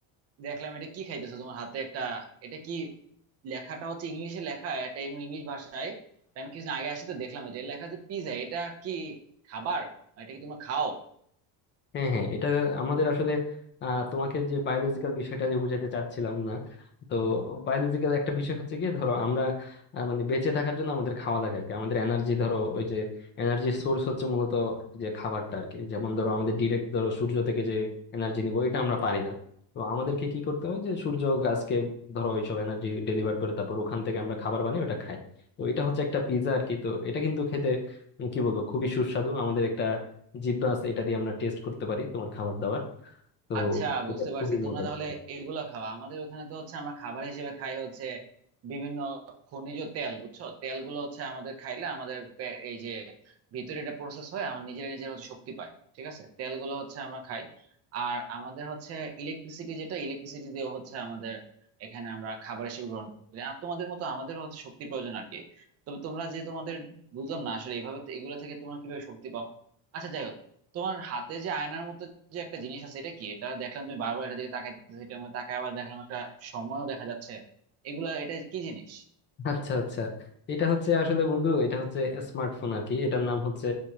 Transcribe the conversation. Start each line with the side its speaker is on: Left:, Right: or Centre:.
Right: দেখলাম এটা কি খাইতেছো তোমার হাতে একটা এটা কি লেখাটা হচ্ছে ইংলিশে লেখা এটা এমনি ইংলিশ ভাষায় তা আমি কিছুদিন আগে আসি তো দেখলাম এটা এটা লেখা যে পিজা এটা কি খাবার এটা কি তোমরা খাও
Left: হ্যাঁ হ্যাঁ এটা আমাদের আসলে আহ, তোমাকে যে বায়োলজিক্যাল বিষয়টা যে বুঝাইতে চাচ্ছিলাম না তো বায়োলজিক্যাল একটা বিষয় হচ্ছে কি ধরো আমরা আহ, মানে বেঁচে থাকার জন্য আমাদের খাওয়া লাগে আর কি আমাদের এনার্জি ধরো ওই যে এনার্জি সোর্স হচ্ছে মূলত যে খাবারটা আর কি যেমন ধরো আমাদের ডিরেক্ট ধরো সূর্য থেকে যে এনার্জি নিবো এটা আমরা পারি না তো আমাদেরকে কি করতে হয় যে সূর্য গাছকে ধরো এইসব এনার্জি ডেলিভার করে তারপর ওখান থেকে আমরা খাবার বানিয়ে ওটা খাই তো এটা হচ্ছে একটা পিৎজা আর কি তো এটা কিন্তু খেতে উম, কি বলবো খুবই সুস্বাদু আমাদের একটা জিব্বা আছে এটা দিয়ে আমরা টেস্ট করতে পারি তোমার খাবার দাবার তো
Right: আচ্ছা বুঝতে
Left: এটা খুবই
Right: পারছি
Left: মজার
Right: তোমরা তাহলে
Left: ব্যাপার।
Right: এগুলো খাওয়া আমাদের ওখানে তো হচ্ছে আমরা খাবার হিসেবে খাই হচ্ছে বিভিন্ন খনিজ তেল বুঝছো তেলগুলো হচ্ছে আমাদের খাইলে আমাদের পে- এই যে ভিতরে এটা প্রসেস হয় আমার নিজের নিজের হচ্ছে শক্তি পায় ঠিক আছে তেলগুলো হচ্ছে আমরা খাই আর আমাদের হচ্ছে ইলেকট্রিসিটি যেটা ইলেকট্রিসিটি দিয়ে হচ্ছে আমাদের এখানে আমরা খাবার হিসেবে গ্রহণ করি আর তোমাদের মতো আমাদের হচ্ছে শক্তি প্রয়োজন আর কি তবে তোমরা যে তোমাদের বুঝলাম না আসলে এইভাবে তো- এগুলো থেকে তোমরা কিভাবে শক্তি পাও আচ্ছা যাই হোক তোমার হাতে যে আয়নার মতো যে একটা জিনিস আছে এটা কি এটা দেখলাম তুমি বারবার এটা দিকে তাকাইতেছো এটা মধ্যে তাকায় আবার দেখলাম একটা সময়ও দেখা যাচ্ছে এগুলা এটা কি জিনিস
Left: আচ্ছা আচ্ছা এটা হচ্ছে আসলে বন্ধু এটা হচ্ছে স্মার্টফোন আর কি এটার নাম হচ্ছে